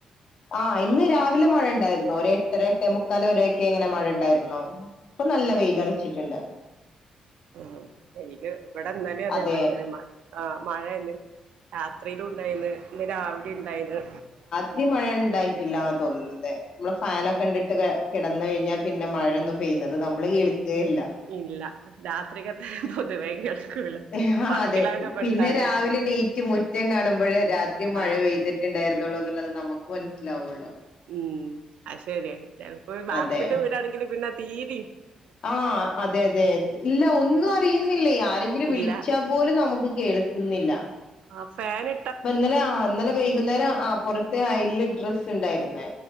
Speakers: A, on the left; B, on the right.
A: ആഹ് ഇന്ന് രാവിലെ മഴണ്ടായിരുന്നോ? ഒര് എട്ടര എട്ടേ മുക്കാല് വരെയൊക്കെ എങ്ങനെ മഴണ്ടായിരുന്നോ? ഇപ്പ നല്ല വെയിലെറിച്ചിട്ടുണ്ട്
B: ഉം വെയില് ഇവിടെന്നലെയും അതേമാതിരി
A: അതെ
B: തന്നെ ആഹ് മഴന്നേ രാത്രിയിലും ഉണ്ടായിന്ന്. ഇന്ന് രാവിലെ ഇണ്ടായിന്ന്
A: ഇടിയും മഴയും ഇണ്ടായിട്ടില്ലാ തോന്നുന്നത് നമ്മള് ഫാനോക്കെ ഇണ്ട്ട്ട് ക കെടന്നഴിഞ്ഞാൽ പിന്നെ മഴോന്നും പെയ്യണത് നമ്മള് കേൾക്കേല്ല.
B: ഇല്ല രാത്രിക്കത്തേ പൊതുവേ <unintelligible>
A: ആഹ്
B: വർക്കിലാണ്ട്
A: അതെ.
B: പെട്ടാല്
A: പിന്നെ രാവിലെ ണീറ്റ് മുറ്റം കാണുമ്പഴാ രാത്രി മഴ
B: ആഹ്
A: പെയ്ത് ട്ട്ണ്ടായിരുന്നുള്ളൂന്ന്ള്ളത് നമുക്ക് മനസ്സിലാവുള്ളൂ.
B: ഉം അത് ശര്യാ. ചെലപ്പോ വാർപ്പിന്റെ
A: അതെ.
B: വീടാണെങ്കിൽ പിന്നെ തീരീം
A: ആഹ് അതെ അതെ. ഇല്ല ഒന്നും അറിയുന്നില്ലേ ആരെങ്കിലും
B: ഇല്ല
A: വിളിച്ചാ പോലും നമുക്ക് കേൾക്കുന്നില്ല
B: ആ ഫാനി
A: പ്പ ഇന്നലെ അഹ് ഇന്നലെ വൈകുന്നേരം ആഹ് പൊറത്ത് അയൽല് ഡ്രസ്സ്ണ്ടായിരുന്ന്.